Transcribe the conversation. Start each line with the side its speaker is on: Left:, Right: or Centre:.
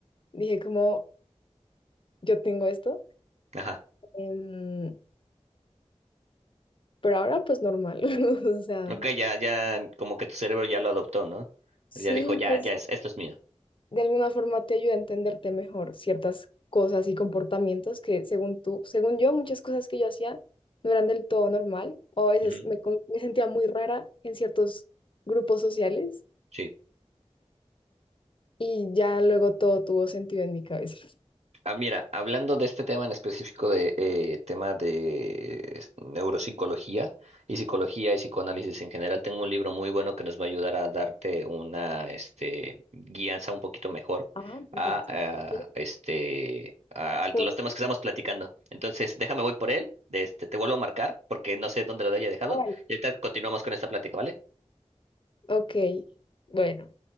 Left: Dije como, yo tengo esto.
Right: Ajá.
Left: em, pero ahora pues normal. <laughs> O sea,
Right: Ok, ya, ya, como que tu cerebro ya lo adoptó, ¿no?
Left: sí,
Right: Ya dijo, ya,
Left: pues
Right: ya es, esto es mío.
Left: de alguna forma te ayuda a entenderte mejor ciertas cosas y comportamientos que según tú, según yo, muchas cosas que yo hacía no eran del todo normal o a veces
Right: Ujú.
Left: me, con- me sentía muy rara en ciertos grupos sociales
Right: Sí.
Left: y ya luego todo tuvo sentido en mi cabeza.
Right: Ah, mira, hablando de este tema en específico de eh, tema de es- neuropsicología y psicología y psicoanálisis en general, tengo un libro muy bueno que nos va a ayudar a darte una este, guianza un poquito mejor
Left: Ah, perfecto.
Right: a,
Left: Sí.
Right: a, este a, a
Left: ¿Cómo
Right: los
Left: se
Right: temas
Left: llama?
Right: que estamos platicando. Entonces, déjame voy por él, de este, te vuelvo a marcar porque no sé dónde lo haya dejado
Left: Ah, vale.
Right: y ahorita continuamos con esta plática, ¿vale?
Left: Ok, bueno.